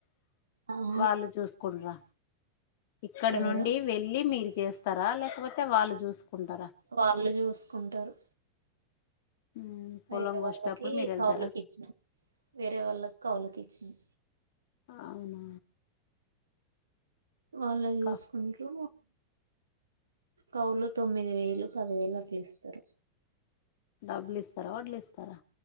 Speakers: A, on the right (about 75°); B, on the left (about 50°).
A: ఆ
B: వాళ్ళు జూసుకుంట్రా ఇక్కడి
A: ఎవరు
B: నుండి వెళ్ళి మీరు జేస్తరా, లేకపోతే వాళ్ళు చూసుకుంటరా
A: వాళ్ళు జూసుకుంటరు
B: ఉమ్, పొలం
A: వేరే వాళ్ళకి
B: కోసేటప్పుడు మీరు వెళ్తారా
A: కౌలుకిచ్చినమ్ వేరే వాళ్ళక్ కౌలుకిచ్చినం
B: అవునా
A: వాల్లే జూస్కుంట్రూ
B: కా
A: కౌలు తొమ్మిది వేలు, పదివేలు అట్లిస్తరు
B: డబ్లిస్తరా, వడ్లిస్తారా?